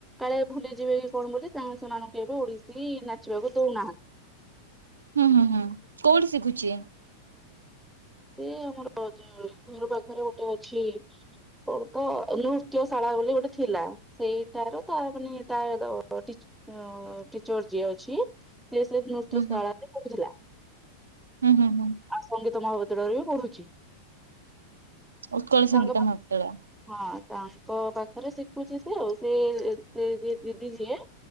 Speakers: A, in the centre; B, on the right.
A: କାଳେ ଭୁଲିଯିବେ କି କଣ ବୋଲି ତାଙ୍କୁ ସେମାନଙ୍କୁ ଏବେ ଓଡିଶୀ ନାଚିବାକୁ ଦଉନାହା
B: ହୁଁ ହୁଁ ହୁଁ କୋଉଠି ଶିଖୁଛି?
A: ସେ ଆମର <unintelligible> ଘର ପାଖରେ ଗୋଟେ ଅଛି କଣ ତ ନୃତ୍ୟଶାଳା ବୋଲି ଗୋଟେ ଥିଲା। ସେଇଟାର ତା ମାନେ ତାର ଟିଚ ଟିଚର ଯିଏ ଅଛି ସେ ନୃତ୍ୟ
B: ହୁଁ
A: ସ୍ଥଳରେ
B: ହୁଁ
A: କହୁଥିଲା
B: ହୁଁ ହୁଁ ହୁଁ
A: ସଙ୍ଗୀତ ମହାବତରରେ ବି ପଢୁଛି
B: ଉତ୍କଳ ସଙ୍ଗୀତମାତାଳ
A: ତାଙ୍କ ହଁ ତାଙ୍କ ପାଖରେ ଶିଖୁଛି ସେ ଆଉ ସେ ସେ ଯିଏ ଦିଦି ଯିଏ